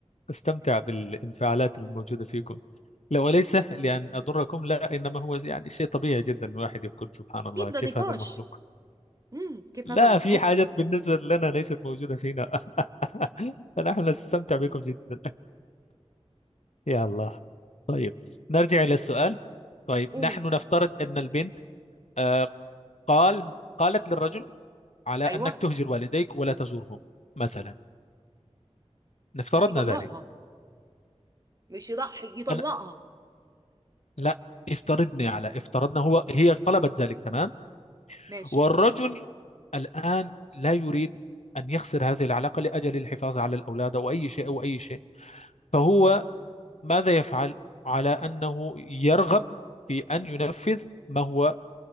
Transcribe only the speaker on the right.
اكيد
ده نقاش
امم كيف
هذا المخلوق
قول
ايوه
يطلقها
مش يضحي يطلقها
ماشي